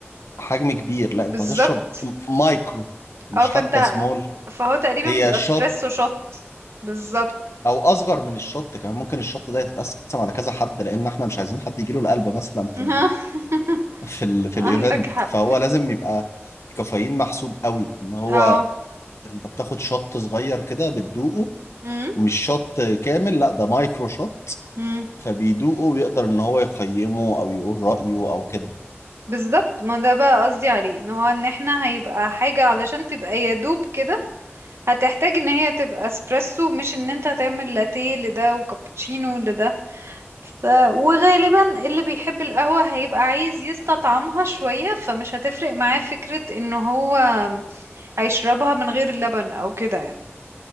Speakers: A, on the left; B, on the right.
A: حجم كبير لا
B: بالظبط
A: انت هتشرب م- مايكرو مش
B: اه فانت
A: حتى سمول
B: فهو تقريبا
A: هي
B: بيبقى
A: شوت
B: اسبريسو شوت بالظبط
A: او اصغر من الشوت كمان ممكن الشوت ده يتقسم على كذا حد لان احنا مش عايزين حد يجيله القلب مثلا في
B: <laughs>
A: في ال في
B: عندك
A: الايفنت
B: حق
A: فهو لازم يبقى الكافيين محسوب قوي ان هو
B: اه
A: انت بتاخد شوت صغير كده بتدوقه
B: امم
A: مش شوت كامل لا ده مايكرو شوت
B: امم
A: فبيدوقه ويقدر ان هو يقيمه او يقول رأيه او كده
B: بالظبط ما ده بقى قصدي عليه ان هو ان احنا هيبقى حاجة علشان تبقى يا دوب كده هتحتاج ان هي تبقى اسبريسو مش ان انت هتعمل لاتيه لده وكابتشينو لده ف... وغالبا اللي بيحب القهوة هيبقى عايز يستطعمها شوية فمش هتفرق معاه فكرة ان هو هيشربها من غير لبن او كده يعني